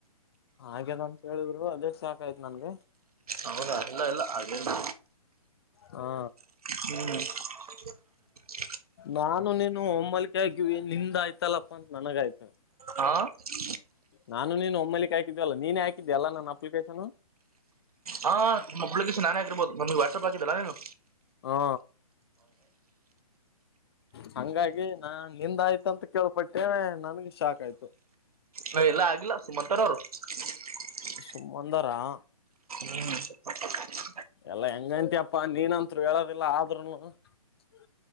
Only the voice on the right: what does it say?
ಹೌದ ಇಲ್ಲ ಇಲ್ಲ ಹಾಗೇನಿಲ್ಲ
<unintelligible> ಹ್ಮ್
ಹಾಂ <unintelligible>
ಹಾ ಅಪ್ಲಿಕೇಶನ್ ನಾನೇ ಆಗಿರ್ಬೋದು ನಮಗೆ ವ್ಯಾಟಪ್ ಹಾಕಿದ್ದಲ್ಲ ನೀನು
ಹ ಎಲ್ಲಾ ಆಗಿಲ್ಲ ಸುಮಂನವ್ರು ಹ್ಮ್ಮ <unintelligible>
ಹ್ಮ್ <unintelligible>